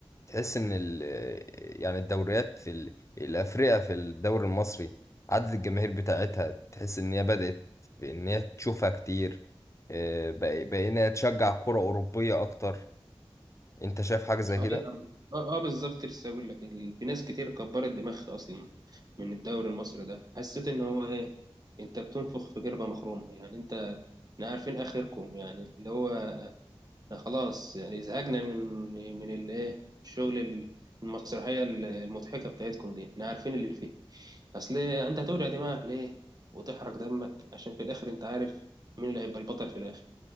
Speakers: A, on the left; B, on the right.
A: تحس ان ال آه، يعني الدوريات في ال- الافريقيا في الدوري المصري عدد الجماهير بتاعتها تحس ان هي بدأت في ان هي تشوفها كتير آه، بق- بقينا تشجع كرة أوروبية اكتر انت شايف حاجة زي
B: اه
A: كده
B: يا عم اه, آه بالظبط لسه اقول لك ال- في ناس كتير كبرت دماغها اصلا من الدوري المصري ده حسيت ان هو ايه انت بتنفخ في جربة مخرومة يعني انت احنا عارفين اخركم يعني اللي هو خلاص يعني زهقنا من من الايه الشغل ال- المسرحيه المضحكه بتاعتكم دي احنا عارفين اللي فيه اصل إيه، انت هتوجع دماغك ليه وتحرق دمك عشان في الاخر انت عارف مين اللي هيبقى البطل في الاخر